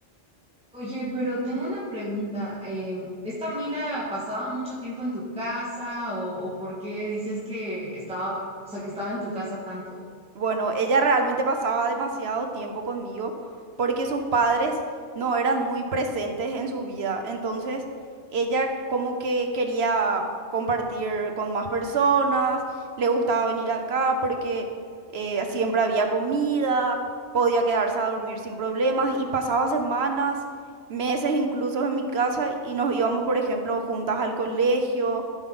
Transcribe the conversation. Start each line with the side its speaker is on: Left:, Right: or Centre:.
Centre: Oye, pero tengo una pregunta. em, ¿esta amiga pasaba mucho tiempo en tu casa o, o por qué dices que estaba, o sea, que estaba en tu casa tanto?
Right: Bueno, ella realmente pasaba demasiado tiempo conmigo porque sus padres no eran muy presentes en su vida. Entonces, ella como que quería compartir con más personas, le gustaba venir acá porque eh, siempre había comida, podía quedarse a dormir sin problemas y pasaba semanas, meses incluso en mi casa y nos íbamos, por ejemplo, juntas al colegio.